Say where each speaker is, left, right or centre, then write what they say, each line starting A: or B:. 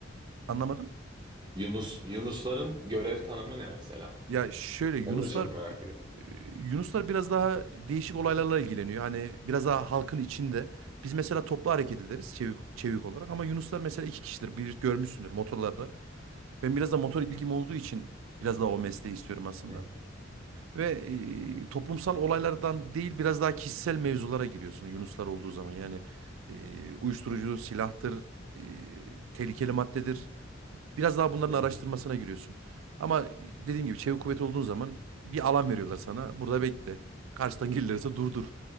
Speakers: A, on the right; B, on the right.
A: anlamadım.
B: Yunus Yunusların görev tanımı ne mesela?
A: Ya şöyle Yunuslar
B: Onu da çok merak ediyorum.
A: e, Yunuslar biraz daha değişik olaylarla ilgileniyor. Hani biraz daha halkın içinde. Biz mesela toplu hareket ederiz çevik, çevik olarak ama Yunuslar mesela iki kişidir. Bir görmüşsündür motorlarda. Ben biraz da motor ilgim olduğu için biraz daha o mesleği istiyorum aslında.
B: Hmm.
A: Ve e, toplumsal olaylardan değil biraz daha kişisel mevzulara giriyorsun Yunuslar olduğu zaman. Yani e, uyuşturucu, silahtır, e, tehlikeli maddedir. Biraz daha bunların
B: Hmm.
A: araştırmasına giriyorsun. Ama e, dediğim gibi çevik kuvvet olduğun zaman bir alan veriyorlar sana. Burada bekle. Karşıdan gelirlerse durdur.